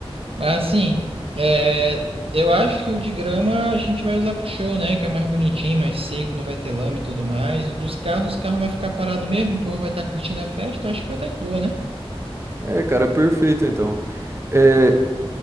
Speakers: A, on the right; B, on the right.
A: Mas assim, é, eu acho que o de grama a gente vai usar pro show, né? Que é mais bonitinho, mais seco, não vai ter lama e tudo mais. O dos carros, o carro vai ficar parado mesmo, o povo vai estar curtindo a festa, eu acho que vai estar de boa, né?
B: É, cara, perfeito então. É.